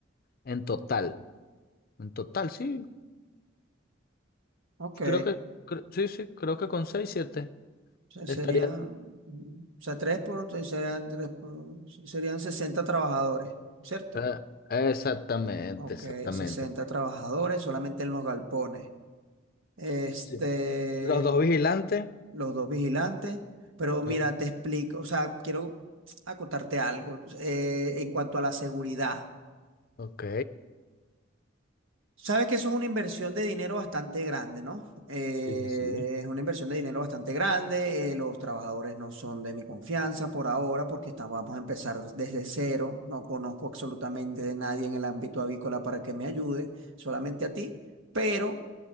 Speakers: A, on the left (about 50°); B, on the right (about 70°).
A: en total. En total, sí.
B: ok.
A: Creo que, cre- sí, sí, creo que con seis, siete
B: O sea,
A: estaría.
B: serían, mm, o sea, tres por, tres- serían, tres por, serían 60 trabajadores, ¿cierto?
A: eh, exactamente,
B: Ok,
A: exactamente.
B: 60 trabajadores solamente en los galpones. Este,
A: Sí. Los dos vigilantes.
B: los dos vigilantes. Pero mira,
A: o-
B: te explico, o sea, quiero acotarte algo eh, en cuanto a la seguridad.
A: Ok.
B: Sabes que eso es una inversión de dinero bastante grande, ¿no? Eh,
A: Sí, sí.
B: es una inversión de dinero bastante grande. eh, los trabajadores no son de mi confianza por ahora porque está- vamos a empezar desde cero. No conozco absolutamente de nadie en el ámbito avícola para que me ayude, solamente a ti. Pero